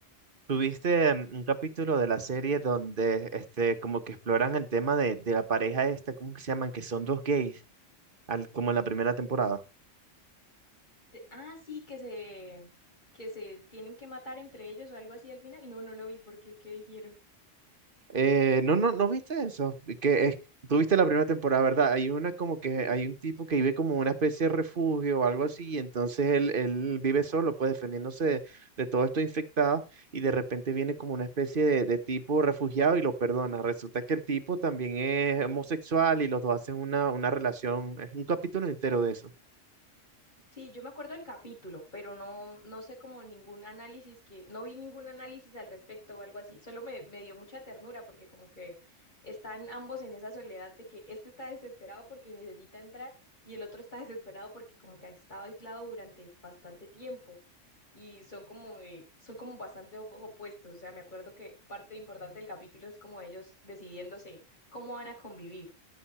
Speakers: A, on the right; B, on the left.
A: Tuviste mm, un capítulo de la serie donde este como que exploran el tema de, de la pareja esta, ¿cómo que se llaman? Que son dos gays, al, como en la primera temporada.
B: De- ah, sí, que se, que se tienen que matar entre ellos o algo así al final. No, no lo vi porque, ¿qué dijeron?
A: Eh, no, no, ¿no viste eso? Que es, tú viste la primera temporada, ¿verdad? Hay una como que hay un tipo que vive como una especie de refugio o algo así, y entonces él, él vive solo, pues defendiéndose de, de todo esto infectado, y de repente viene como una especie de, de tipo refugiado y lo perdona. Resulta que el tipo también es homosexual y los dos hacen una, una relación, es un capítulo entero de eso.
B: Sí, yo me acuerdo del capítulo, pero no, no sé como ningún análisis que, no vi ningún análisis al respecto o algo así. Solo me, me dio mucha ternura porque como que están ambos en esa soledad de que este está desesperado porque necesita entrar y el otro está <laughs> desesperado porque como que ha estado aislado durante bastante tiempo y son como de- son como bastante op- opuestos. O sea, me acuerdo que parte importante del capítulo es como ellos decidiéndose cómo van a convivir